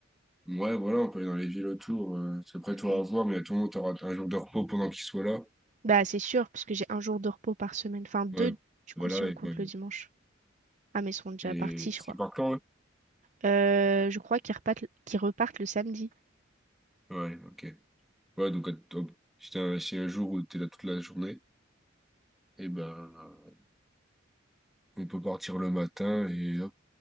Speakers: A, in the centre; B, on the right (about 40°).
A: Ouais, voilà, on peut aller dans les villes autour. euh. Parce qu'après, toi,
B: Mm.
A: à voir, mais à tout le monde, t'auras un jour de repos pendant qu'il soit là.
B: Bah, c'est sûr, parce que j'ai un jour de repos par semaine. Enfin, deux,
A: Ouais,
B: du
A: voilà.
B: coup, si on
A: Et,
B: compte
A: ouais.
B: le dimanche. Ah, mais ils seront déjà
A: et...
B: partis,
A: Parce
B: je crois.
A: qu'il part quand, hein
B: Euh, je crois qu'ils repartent, qu'ils repartent le samedi.
A: Ouais, ok. Ouais, donc, à- hop, si t'as un... si un jour où t'es là toute la journée, et ben, euh, on peut partir le matin et hop.